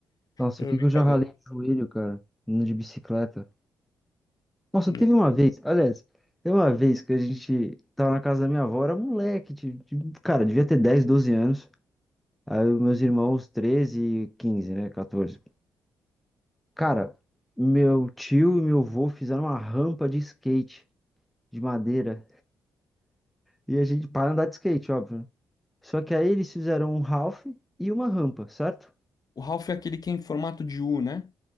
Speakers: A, in the centre; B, on the left (about 40°).
A: Nossa,
B: É
A: o que
B: brincadeira.
A: que eu já ralei o joelho, cara, andando de bicicleta. Nossa,
B: É.
A: teve uma vez, aliás, teve uma vez que a gente tava na casa da minha avó, era moleque, de, de- cara, devia ter 10 12 anos. Aí os meus irmãos, 13 e 15, né, 14. Cara, meu tio e meu avô fizeram uma rampa de skate de madeira e a gente para andar de skate, óbvio, né? Só que aí eles fizeram um half e uma rampa, certo?
B: O Ralph é aquele que é em formato de U, né?